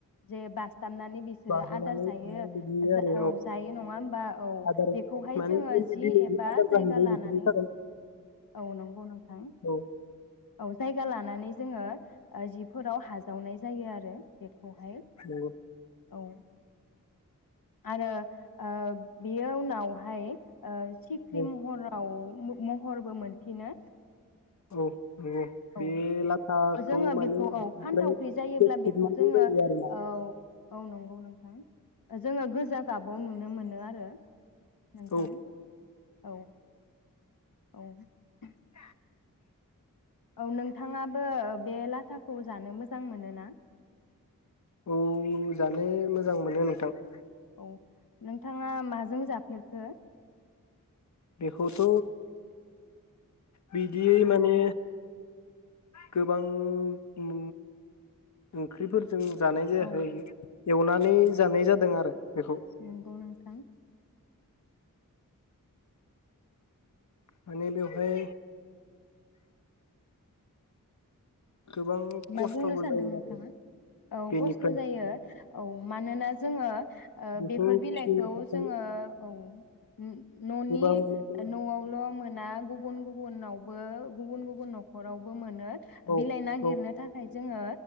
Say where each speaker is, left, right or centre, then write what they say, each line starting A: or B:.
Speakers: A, on the left; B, on the left.
A: जे बास थाबनानै बिसोरो
B: बाहोनानै
A: आदार जायो
B: माने बिदियो
A: औ
B: आरो
A: जायो नङा होमबा औ
B: आदार
A: बेखौहाय
B: माने
A: जोङो
B: दिनैनि
A: जि एबा
B: आदार
A: जायगा
B: जाहैबाय
A: लानानै
B: बिसोरनि थाखाय
A: औ नंगौ नों नोंथां
B: औ
A: औ जायगा लाना नानै जोङो जिफोराव हाजावनाय जायो आरो बेखौहाय
B: नंगौ
A: औ । आरो ओ बेयो उनावहाय ओ सिख्रि
B: औ
A: महराव म-महरबो मोनफिनो
B: औ नंगौ बे
A: औ
B: लाथाखौ
A: जोङो
B: माने
A: बेखौ
B: ओमफ्राय
A: औ फानथावख्रि जायोब्ला
B: खेबनांगौ
A: बेखौ जोङो
B: जायो
A: औ
B: आरोना
A: औ नंगौ <inaudible> जोङो गोजा गाबाव नुनो मोनो आरो नोंथां
B: औ
A: औ । औ ।
B: <inaudible>
A: औ नोंथाङाबो बे लाथाखौ जानो मोजां मोनो ना?
B: औ जानो मोजां मोनो नोंथां ।
A: औ नोंथाङा माजों जाफेरखो?
B: बेखौथ' बिदियै माने गोबां उम ओंख्रैफोर जों जानाय जायाखै
A: औ
B: एवनानै जानाय जादों आरो बेखौ
A: नोंगौ नोंथां।
B: माने बेवहाय गोबां खस्थ'बो
A: मा बुंनो सानदों
B: जायो
A: नोंथाङा
B: आरो
A: औ
B: बेनिफ्राय
A: खस्थ जायो औ मानोना जोङो उह
B: बेखौ
A: बेफोर
B: फिसिनो
A: बिलाइखौ
B: थाखाय
A: जोङो औ । न'नि
B: गोबां माने
A: न'आवल मोना गुबुन गुबुनावबो गुबुन गुबुन न'खरावबो मोन नो
B: औ
A: बिलाइ नागिरनो
B: औ
A: फाय जोङो